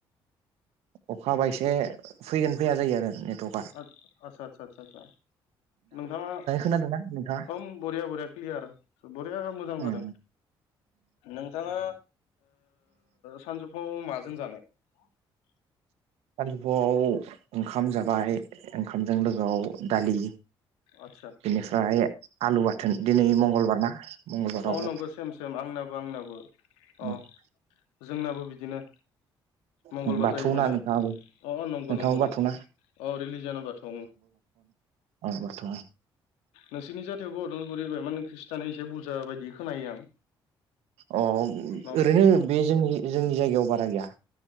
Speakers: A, on the right; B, on the left.
A: अखाहाबा एसे फैगोन फैया जायो आरो नेटवर्क
B: आचसा आचा आ नोंथाङा
A: ना नोंथा
B: हम बरिया बरिया क्लियार बरिया मोजां
A: उम
B: जादों नोंथाङा सानजौफुवाव माजों जानाय <inaudible>
A: सानजौफुआव ओंखाम जाबाय ओंखामजों लोगोआव दालि
B: आतसा
A: बेनिफ्राय आलु बाथोन दिनै मंगलबार ना मंगलबाराव
B: अ नंगौ सेम सेम आंनाबो आंनाबो
A: जेबो
B: अ जोंनाबो बिदिनो मंगलबार
A: बाथौना
B: जाहैबायना
A: नोंथाङाबो
B: अ अ नंगौ
A: नोंथाङाबो
B: नंगौ
A: बाथौना
B: नंगौ अ रिलिज जानोबाथ'
A: औगथ'
B: नोंसिरनि जाथायावबो अदालगुरि माने खृष्टिाना एसे बुरजा बायदि खोनायो आं
A: अ ओरैनो
B: न
A: बे जोंनि जोंनि जायगायाव बारा गैया